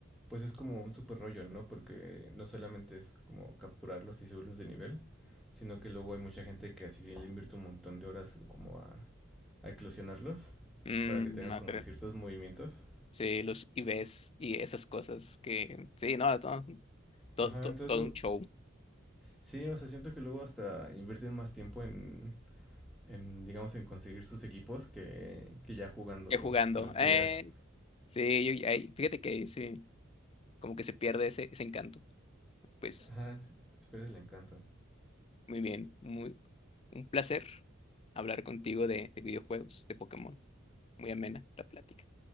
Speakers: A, in the centre; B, on the left.
A: pues es como un super rollo, ¿no? Porque no solamente es como capturarlos y subirlos de nivel, sino que luego hay mucha gente que así le invierte un montón de horas como a, a eclosionarlos
B: Mm,
A: para que tengan
B: a
A: como
B: ver,
A: ciertos movimientos.
B: Sí, los IVs y esas cosas que, sí, no, no, to-
A: Ajá,
B: to-
A: entonces
B: todo
A: lo...
B: un show.
A: Sí, o sea, siento que luego hasta invierten más tiempo en, en digamos, en conseguir sus equipos que, que ya jugando
B: Ya jugando.
A: en las peleas.
B: eh, Sí, yo- ahí- fíjate que ahí sí, como que se pierde ese, ese encanto. Pues
A: Ajá, sí, se pierde el encanto.
B: muy bien, muy, un placer hablar contigo de, de videojuegos, de Pokémon. Muy amena la plática.